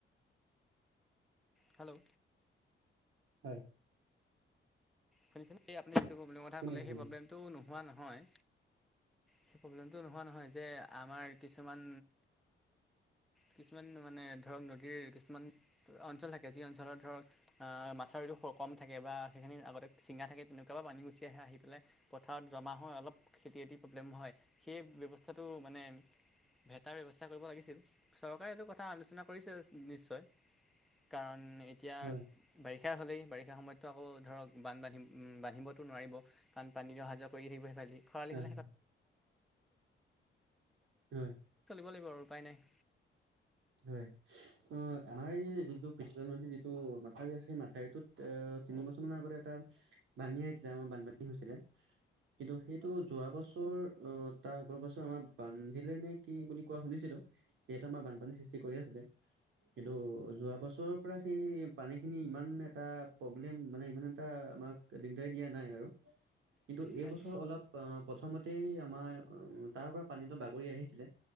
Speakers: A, in the centre; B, on the right.
A: হেল্ল'?
B: হয়।
A: শুনিছোন এই আপুনি যিটো প্ৰব্লেম কথা
B: শুনি
A: ক'লে,
B: আছো
A: সেই
B: শুনি
A: প্ৰব্লেমটো
B: আছো
A: নোহোৱা নহয়। সেই প্ৰব্লেমটো নোহোৱা নহয় যে আমাৰ কিছুমান কিছুমান মানে ধৰক নদীৰ কিছুমান অঞ্চল থাকে যি অঞ্চলত ধৰক আহ মাথাউৰি কম থাক বা সেইখিনি আগতে চিঙা থাকে তেনেকুৱা পৰা পানী গুচি আহে। আহি পেলাই পথাৰত জমা হৈ অলপ খেতি বাতি প্ৰব্লেম হয়, সেই ব্যৱস্থাটো মানে ভেটাৰ ব্যৱস্থা কৰিব লাগিছিল। চৰকাৰে এইটো কথা আলোচনা কৰিছে নিশ্চয়, কাৰণ এতিয়া
B: হয়
A: বাৰ সেয়া হ'লেই, বাৰিষা সময়তো আকৌ ধৰক বান বান্ধি বান্ধিবতো নোৱাৰিব কাৰণ পানী অহা যোৱা কৰি থাকিব। ভ ল <unintelligible>
B: হয়
A: দিব
B: হয় হয়
A: লাগিব আৰু উপায় নাই।
B: হয়। অ' আমাৰ এই যিটো পিছফালে নদীত যিটো মথাউৰি আছে সেই মাথাউটোত তিনি বছৰ মানৰ আগতে এটা ভাঙি আহিছিলে, আমাৰ বানপানী হৈছিলে। কিন্তু সেইটো যোৱা বছৰ অ তাৰ আগৰ বছৰ আমাৰ বান্ধিলে নে কি বুলি কোৱা শুনিছিলো। যিহেতু আমাৰ বানপানীৰ সৃষ্টি কৰি আছিলে। কিন্তু যোৱা বছৰৰ পৰা সেই পানী খিনি ইমান এটা প্ৰব্লেম মানে ইমান এটা আমাক দিগদাৰ দিয়া নাই বাৰু। কিন্তু এইবছৰ
A: হয়
B: অলপ প্ৰথমতেই আমাৰ তাৰ পৰা পানীত বাগৰি আহিছিলে।